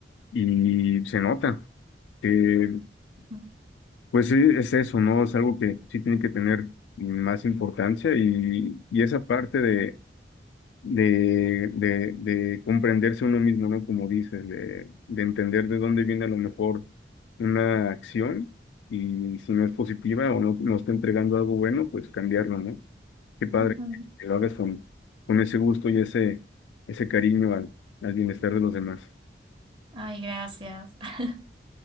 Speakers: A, on the left (about 90°); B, on the right (about 30°).
A: y se nota que,
B: Ujú,
A: pues e- es eso, ¿no? Es algo que sí tiene que tener más importancia y, y esa parte de, de, de comprenderse uno mismo, ¿no? Como dices, de, de entender de dónde viene a lo mejor una acción y si no es positiva o no, no está entregando algo bueno, pues cambiarlo, ¿no? Qué padre
B: ujú.
A: que lo hagas con, con ese gusto y ese, ese cariño al, al bienestar de los demás.
B: Ay, gracias. <laughs>